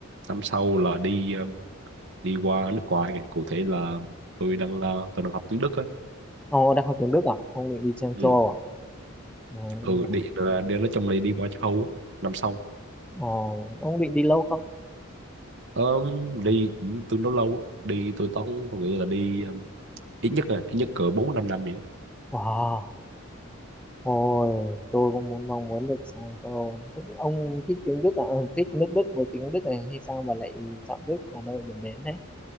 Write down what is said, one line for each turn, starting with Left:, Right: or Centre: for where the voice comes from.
Right: năm sau là đi ờ, đi qua nước ngoài kìa cụ thể là tôi đang ờ, tôi đang học tiếng Đức á
Centre: ồ đang học tiếng Đức à ông định đi sang
Right: ừ.
Centre: châu Âu à ồ
Right: ừ đi là đi nói chung là đi qua châu Âu á năm sau
Centre: ồ, ông định đi lâu không
Right: Ờm, đi cũng tương đối lâu á. đi tôi tốn tôi nghĩ là đi um, ít nhất là ít nhất cỡ bốn năm năm vậy á.
Centre: wow ôi tôi cũng muốn mong muốn được sang châu Âu Thế ông thích tiếng Đức à ừ, thích nước Đức với tiếng Đức này hay sao mà lại chọn Đức là nơi điểm đến thế